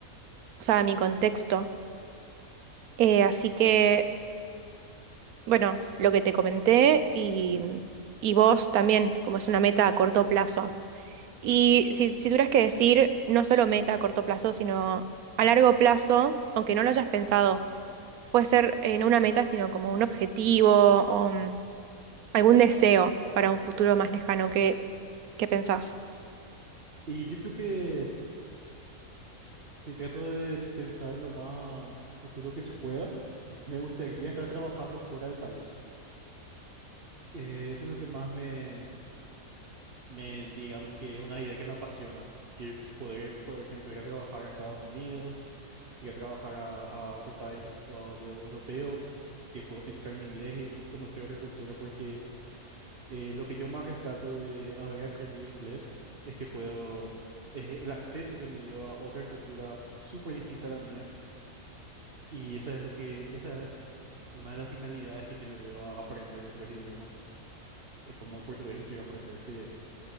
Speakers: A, on the right; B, on the right.
A: o sea, a mi contexto. Eh, así que, bueno, lo que te comenté y, y vos también, como es una meta a corto plazo. Y si, si tuvieras que decir no solo meta a corto plazo, sino a largo plazo, aunque no lo hayas pensado, puede ser eh, no una meta, sino como un objetivo o mm, algún deseo para un futuro más lejano que, que pensás.
B: Y yo creo que si trato de pensar lo más futuro que se pueda, me gustaría estar trabajando fuera del país. Eh, eso es lo que más me, me, digamos que es una idea que me apasiona. Y poder, por ejemplo, ir a trabajar a Estados Unidos ir a trabajar a, a otro país y- o de europeo que pueda utilizar mi inglés y conocer otra cultura, porque eh, lo que yo más rescato de haber aprendido inglés es que puedo, es el acceso que me dio a otra cultura súper distinta a la mía, y esa es lo que, esa es una de las finalidades que yo le veo a aprender otros idiomas, eh, como el portugués que quiero aprender, que